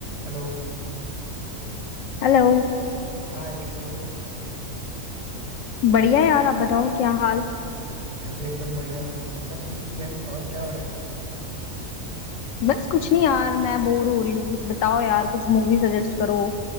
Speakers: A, on the right; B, on the left.
A: हेलो
B: Hello
A: हाय कैसे हो
B: बढ़िया यार आप बताओ क्या हाल
A: मैं भी एकदम बढ़िया सब ठीक ही है और क्या हो रहा है
B: बस कुछ नहीं यार मैं बोर हो रही हूँ कुछ बताओ यार कुछ मूवी सजेस्ट करो